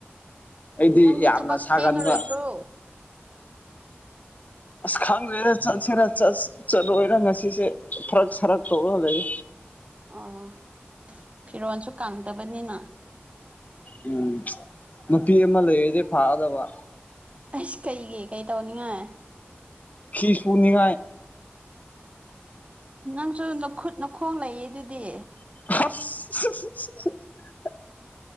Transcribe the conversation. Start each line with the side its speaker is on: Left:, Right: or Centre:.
Left: ꯑꯩꯗꯤ
Right: ꯅꯪꯗꯤ
Left: ꯌꯥꯝꯅ
Right: ꯊꯕꯛ
Left: ꯁꯥꯒꯟꯕ
Right: ꯊꯦꯡꯉꯔꯣꯏꯗ꯭ꯔꯣ
Left: ꯑꯁ ꯈꯪꯗ꯭ꯔꯦꯅꯦ ꯆꯠꯁꯤꯔꯥ ꯆꯠꯂꯨꯔꯣꯏꯔ ꯉꯁꯤꯁꯦ ꯐꯔꯛ ꯁꯔꯛ ꯇꯧꯔ ꯂꯩ
Right: ꯑꯣ ꯐꯤꯔꯣꯜꯁꯨ ꯀꯪꯗꯕꯅꯤꯅ
Left: ꯎꯝ ꯅꯨꯄꯤ ꯑꯃ ꯂꯩꯔꯗꯤ ꯐꯥꯗꯧꯕ
Right: ꯑꯩꯁ ꯀꯩꯒꯤ ꯀꯩ ꯇꯧꯅꯤꯉꯥꯏ
Left: ꯐꯤꯁꯨꯅꯤꯡꯉꯥꯏ
Right: ꯅꯪꯁꯨ ꯅꯈꯨꯠ ꯅꯈꯣꯡ ꯂꯩꯌꯦ ꯑꯗꯨꯗꯤ
Left: ꯑꯁ